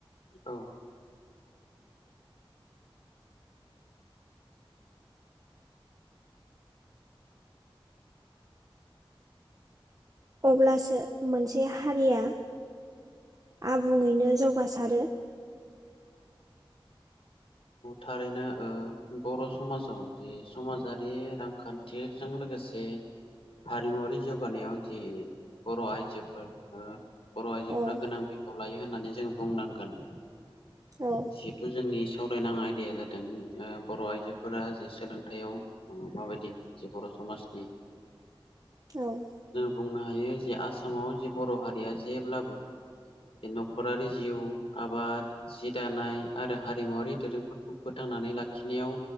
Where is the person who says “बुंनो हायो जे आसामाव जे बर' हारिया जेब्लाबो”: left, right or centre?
Left